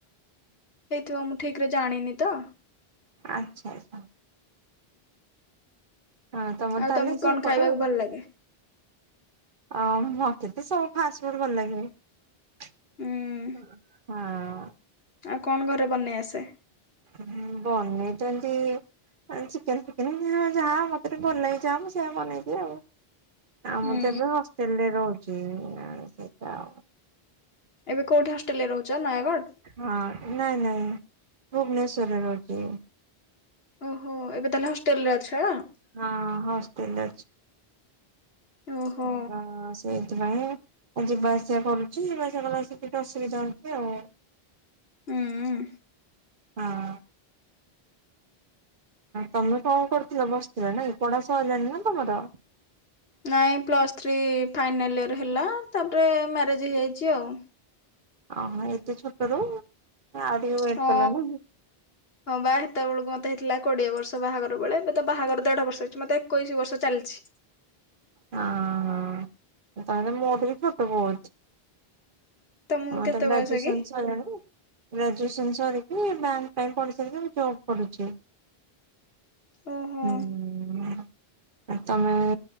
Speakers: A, on the left; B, on the right.
A: ହେଇଥିବ ମୁଁ ଠିକ ରେ ଜାଣିନି ତ।
B: ଆଚ୍ଛା, ଆଚ୍ଛା। ହଁ ତମର
A: ଆଉ
B: ତାହେଲେ,
A: ତମକୁ
B: ସେଇ
A: କଣ ଖାଇବାକୁ
B: ପଟେ।
A: ଭଲ ଲାଗେ?
B: ଅଁ ହଁ ମତେ ତ ସବୁ ଫାଷ୍ଟଫୁଡ ଭଲ ଲାଗେ। ହଁ।
A: ହୁଁ ଆଉ କଣ ଘରେ ବନେଇ ଆସେ?
B: ହୁଁ ବନେଇ ତ ଏନ୍ତି ଚିକେନ ଫିକେନ ଯାହା ମତେ ଟିକେ ଭଲ ଲାଗେ ଯାହା ମୁଁ ସେଇୟା ବନେଇଦିଏ ଆଉ। ଆ
A: ହୁଁ
B: ମୁଁ ତ ଏବେ ହଷ୍ଟେଲରେ ରହୁଛି ସେଇଟା ଆଉ।
A: ଏବେ କୋଉଠି ହଷ୍ଟେଲରେ ରହୁଛ ନୟାଗଡ଼?
B: ହଁ ନାଇଁ ନାଇଁ ଭୁବନେଶ୍ୱରରେ ରହୁଛି ମୁଁ।
A: ଓହୋ ଏବେ ତାହେଲେ ହଷ୍ଟେଲରେ ଅଛ?
B: ହଁ ହଷ୍ଟେଲରେ ଅଛି।
A: ଓହୋ
B: <unintelligible> ସେଇଥିପାଇଁ ଯିବା ଆସିବା କରୁଛି ଯିବା ଆସିବା କଲାବେଳେ ଟିକେ ଅସୁବିଧା ହଉଛି ଆଉ।
A: ହୁଁ ଉଁ।
B: ହଁ। ତମେ କଣ କରୁଥିଲ ବସିଥିଲ ନାଇ ପଢା ସଇଲାଣି ନା ତମର?
A: ନାଇଁ ପ୍ଲସ୍ ଥ୍ରୀ ଫାଇନାଲ୍ ଇୟର ହେଲା ତାପରେ ମ୍ୟାରେଜ ହେଇଯାଇଛି ଆଉ।
B: ଅ ଏତେ ଛୋଟରୁ କାଇ ଆଉ ଟିକେ ୱେଟ
A: ହଁ
B: କଲନି?
A: ହଁ ବା ହେତେବେଳକୁ ମତେ ହେଇଥିଲା କୋଡିଏ ବର୍ଷ ବାହାଘର ବେଳେ ଏବେ ତ ବାହାଘର ଦେଢ ବର୍ଷ ହେଇଛି ମତେ ଏକୋଇଶି ବର୍ଷ ଚାଲିଛି।
B: ହଁ ହଁ ତାହେଲେ ମୋଠୁ ବି ଛୋଟ ବହୁତ।
A: ତମକୁ
B: ମୋର
A: କେତେ
B: ତ ଗ୍ରାଜୁଏସନ
A: ବୟସ କି?
B: ସଇଲାନି। ଗ୍ରାଜୁଏସନ ସରିକି ବ୍ୟାଙ୍କ ପାଇଁ ପଢ଼ି ସାରିକି ମୁ ଜବ୍ କରୁଛି।
A: ଓହୋ
B: ହୁଁ। ତମେ